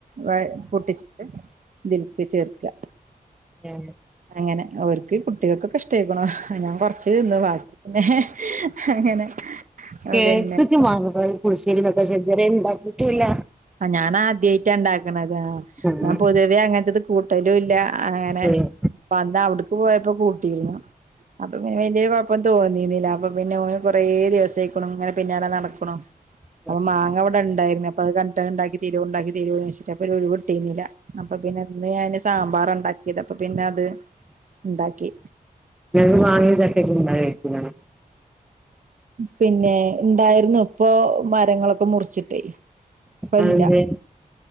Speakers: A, on the right; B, in the centre.
A: വയ് പൊട്ടിച്ചിട്ട് ഇതിൽക്ക് ചേർക്കാ.
B: <unintelligible>
A: അങ്ങനെ അവർക്ക് കുട്ടികൾക്കൊക്കെ ഇഷ്ട്ടായിക്ണ്. ഞാൻ കൊറച്ച് തിന്ന് ബാ ന്നെ അങ്ങനെ
B: കേട്ട്ക്ക്
A: പിന്നെ
B: മാങ്ങാക്കറി പുളിശേരി ന്നൊക്കെ. പക്ഷെ ഇത് വരെ ഇണ്ടാക്കീട്ടൂല്ല
A: ആഹ് ഞാനാദ്യായിറ്റ ഇണ്ടാക്ണതാ
B: ആഹ്
A: ഞാൻ പൊതുവേ അങ്ങൻത്തത് കൂട്ടലൂല്ല. അങ്ങനെ
B: ഏഹ്
A: വന്ന അവിട് ക്ക് പോയപ്പോ കൂട്ടീന്നു. അപ്പൊ പിന്നെ വല്യ ഒര് കൊഴപ്പൊന്നും തോന്നീന്നില്ല അപ്പൊ പിന്നെ ഓന് കൊറേ ദിവസായ്ക്കുണു ഇങ്ങനെ പിന്നാലെ നടക്ക്ണു.
B: ഉം
A: അപ്പം മാങ്ങ ഇവിടെണ്ടായിരുന്നു. അപ്പ അത് കണ്ടിട്ട് ഉണ്ടാക്കി തെരോ ഉണ്ടാക്കി തെരോന്ന് ചോയ്ച്ചിട്ട് അപ്പൊര് ഒഴിവ് കിട്ടീരുന്നില്ല. അപ്പ പിന്നെ ഇന്ന് ഞാന് സമ്പാറാ ഇണ്ടാക്കിയത്. അപ്പ പിന്നെ അത് ഇണ്ടാക്കി.
B: ഇങ്ങക്ക് മാങ്ങിം ചക്കക്കെ ഉണ്ടാവേക്കുലേ.
A: പിന്നെ ഇണ്ടായിരുന്നു ഇപ്പൊ മരങ്ങളൊക്കെ മുറിച്ചിട്ടേ ഇപ്പ
B: അതിന്റെ
A: ല്ല.